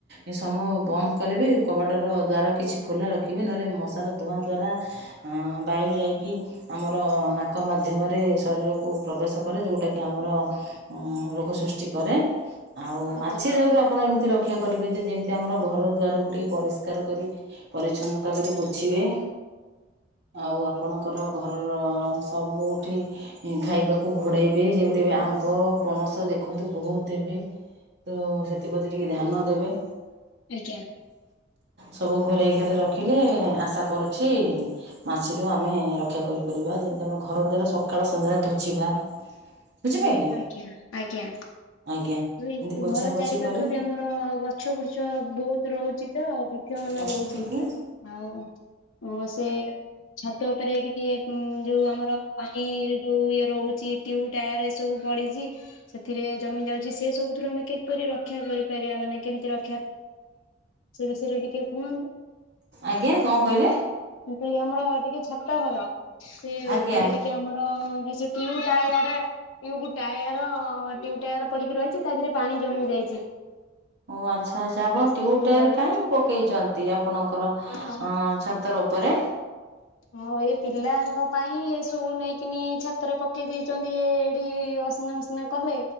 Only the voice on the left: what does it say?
ଆଜ୍ଞା।
ଆଜ୍ଞା
ଆଜ୍ଞା ଆଜ୍ଞା।
ଉଇ
ଘର ଚାରି ପାଖ
ବି ଆମର ଗଛ ବୃଚ ବହୁତ ରହୁଚି ତ। ମାନ
ରହୁଛି। ଆଉ ମୁଁ ସେ ଛାତ ଉପରେ ଟିକେ ଉଁ ଯୋଉ ଆମର ପାଣିରେ ଯୋଉ ଇଏ ରୋହୁଚି ଟିୟୁ ଟାୟାର ଏସବୁ ପଡିଚି ସେଥିରେ ଜମି ଯାଉଚି। ସେ ସବୁଥୁରୁ ଆମେ କିପରି ରକ୍ଷା କରିପାରିବା? ମାନେ କେମିତି ରଖିବା ପାଇଁ ସେ ବିଷୟରେ ଟିକେ କୁହନ୍ତୁ?
ମୁଁ କଇଲି ଆମର ଟିକେ ଛାତ ଘର। ସେ
ଉପରେ ଟିକେ ଏଠି ଆମର ବିଶୁ ଟିଉ ଟାୟାରେ। ଟ୍ୟୁବ ଟାୟାର ଟ୍ୟୁ ଟାୟାର ପଡିକି ରଇଚି। ତା ଦେହରେ ପାଣି ଜମି ଯାଇଚି।
ସେଥିଲାଗି
ଆଉ
ହଁ ଏଇ ପିଲାଙ୍କ ପାଇଁ ଏ ସବୁ ନେଇକିନି ଛାତରେ ପକେଇ ଦେଇଚନ୍ତି ଏଢ଼ି ଅସନା ବସ ନା କଲେ